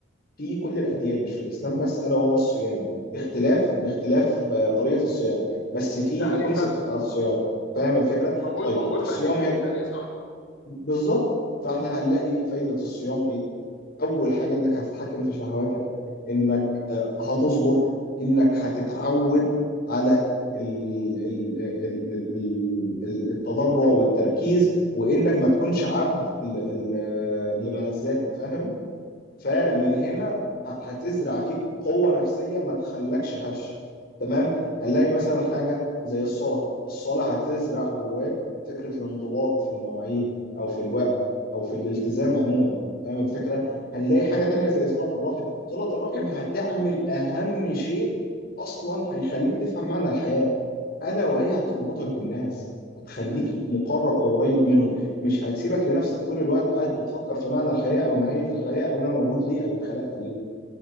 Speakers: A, on the left; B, on the left.
A: في كل الأديان مش في الإسلام بس ألا وهو الصيام باختلاف باختلاف آه، طريقة الصيام بس في
B: ده حقيقي
A: الكونسبت
B: فعلا
A: بتاع الصيام فاهم الفكرة؟
B: موجود
A: طيب
B: موجود في
A: الصيام
B: اديان كتير
A: هي
B: تانية صح
A: بالظبط فاحنا هنلاقي فايدة الصيام إيه؟ أول حاجة إنك هتتحكم في شهواتك إنك آه، هتصبر إنك هتتعود على ال- ال- ال- ال- ال- ال- التضرع والتركيز وإنك ما تكونش عبد ل- ل- لملذاتك فاهم؟ فمن
B: ايوه
A: هنا ه- هتزرع فيك قوة نفسية ما تخلكش هش تمام هنلاقي مثلا حاجة زي الصلاة الصلاة هتزرع جواك فكرة الانضباط في المواعيد أو في الوقت أو في الالتزام عموما فاهم الفكرة هنلاقي حاجة تانية زي صلة الرحم صلة الرحم هتعمل أهم شيء أصلا هيخليك تفهم معنى الحياة ألا وهي هتربطك بالناس هتخليك مقرب أو قريب منهم مش هتسيبك لنفسك طول الوقت قاعد بتفكر في معنى الحياة أو ماهية الحياة أو أنا موجود ليه أو اتخلقت ليه